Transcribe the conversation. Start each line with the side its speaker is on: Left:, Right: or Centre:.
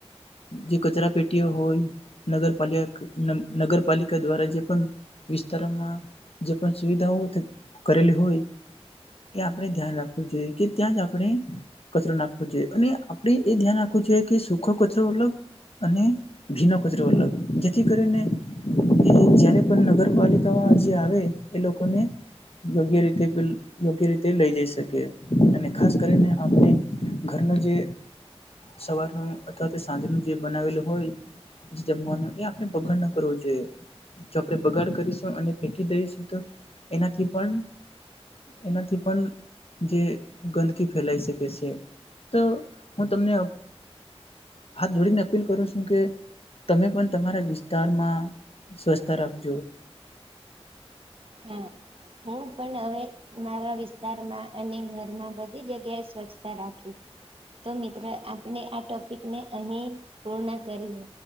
Left: જે કચરા પેટીઓ હોય નગરપાલ નગરપાલિકા દ્વારા જે પણ વિસ્તારોમાં જે પણ સુવિધાઓ કરેલી હોય એ આપણે ધ્યાન રાખવું જોઈએ કે ત્યાં જ આપણે કચરો નાખવો જોઈએ અને આપણે એ ધ્યાન રાખવું જોઈએ કે સુૂખો કચરો મતલબ અને ભીનો કચરો અલગ જેથી કરીને એ જયારે પણ નગરપાલિકામાં જે આવે એ લોકોને યોગ્ય રીતે યોગ્ય રીતે લઈ જઈ શકે અને ખાસ કરીને આપણે ઘરનું જે સવાર ન અથવા તે સાંજ ન જે બનાવેલું હોય જે જમવાનું એ આપણે બગાડ ન કરવો જોઈએ જો આપડે બગાડ કરીશું અને ફેકી દઈશું તો એનાથી પણ એનાથી પણ જે ગંદકી ફેલાઈ શકે છે તો હું તમને હાથ જોડી ના અપીલ કરો છું કે તમે પણ તમારા વિસ્તારમાં સ્વચ્છતા રાખજો
Right: હા હું પણ હવે મારા વિસ્તારમાં અને ઘરમાં બધી જગ્યાએ સ્વચ્છતા રાખી તો મિત્ર આપણે આ ટોપિકને અહી પૂર્ણ કરીએ